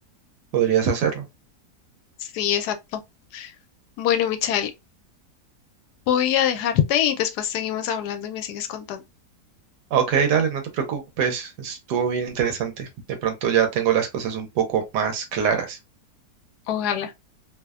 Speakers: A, on the right; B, on the left.
A: Podrías hacerlo.
B: Sí, exacto. Bueno, Michelle, voy a dejarte y después seguimos hablando y me sigues contando.
A: Ok, dale, no te preocupes, estuvo bien interesante. De pronto ya tengo las cosas un poco más claras.
B: Ojalá.